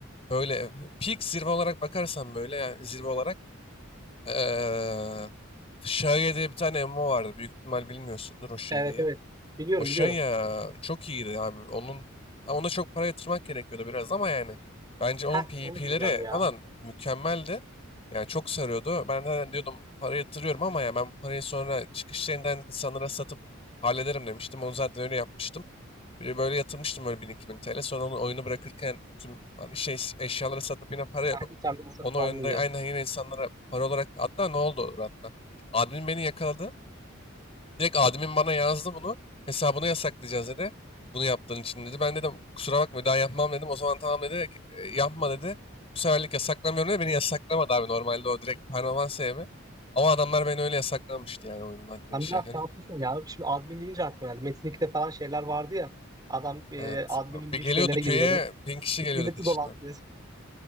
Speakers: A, on the left; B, on the right.
A: böyle peak zirve olarak bakarsam böyle yani zirve olarak Eee Şage'ye diye bir tane MMO vardı. Büyük ihtimal bilmiyorsundur o Şage'yi.
B: Evet evet. Biliyorum
A: O şey
B: biliyorum.
A: ya çok iyiydi abi. Onun ama ona çok para yatırmak gerekiyordu biraz ama yani bence
B: Heh
A: onun PvP'leri
B: onu diyeceğim ya.
A: falan mükemmeldi. Yani çok sarıyordu. Ben de hani diyordum para yatırıyorum ama ya ben parayı sonra çıkış yerinden insanlara satıp hallederim demiştim. Onu zaten öyle yapmıştım. Bir böyle yatırmıştım böyle 1000-2000 TL. Sonra onu oyunu bırakırken tüm şey eşyaları satıp yine para yapıp
B: Ha, İken beni satıp
A: onu oyunda
B: aldın
A: aynen
B: gene.
A: yine insanlara para olarak hatta ne oldu hatta. Admin beni yakaladı. Direkt admin bana yazdı bunu. Hesabını yasaklayacağız dedi. Bunu yaptığın için dedi. Ben dedim kusura bakma bir daha yapmam dedim. O zaman tamam dedi. "E, yapma dedi. Bu seferlik yasaklamıyorum dedi. Beni yasaklamadı abi normalde o direkt permanent sevme. Ama adamlar beni öyle yasaklamıştı yani oyunun admin
B: Sen
A: işlerken.
B: biraz şanslısın ya. Şimdi admin deyince aklıma geldi. Metin 2'de falan şeyler vardı ya. Adam e,
A: Evet.
B: adminim
A: Bir
B: diye
A: geliyordu
B: şeylere
A: köye
B: giriyordu.
A: bin kişi
B: Milleti
A: geliyordu peşinden.
B: dolandırıyor. <laughs>